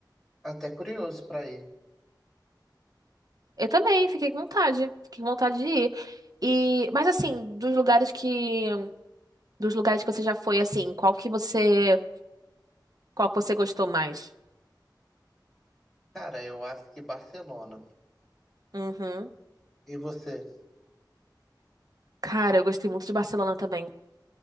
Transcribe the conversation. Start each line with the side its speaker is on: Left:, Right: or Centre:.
Centre: até curioso para ir.
Right: Eu também, fiquei com vontade. Fiquei com vontade de ir. E, mas assim, dos lugares que. Dos lugares que você já foi, assim, qual que você. Qual que você gostou mais?
Centre: Cara, eu acho que Barcelona.
Right: Uhum.
Centre: E você?
Right: Cara, eu gostei muito de Barcelona também.